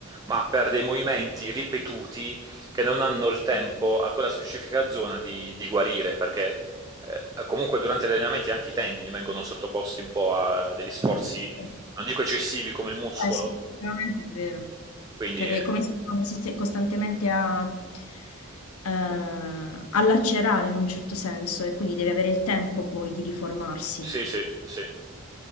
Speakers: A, on the right (about 15°); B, on the left (about 80°).
A: ma per dei movimenti ripetuti che non hanno il tempo a quella specifica zona di, di guarire, perché eh, comunque durante gli allenamenti anche i tendini vengono sottoposti un po' a degli sforzi,
B: sì.
A: non dico eccessivi come il muscolo,
B: Beh sì, effettivamente è vero.
A: quindi
B: Cioè che
A: eh,
B: è come se uno si stesse costantemente a ehm, a lacerare in un certo senso e quindi deve avere il tempo poi di riformarsi.
A: sì, sì, sì.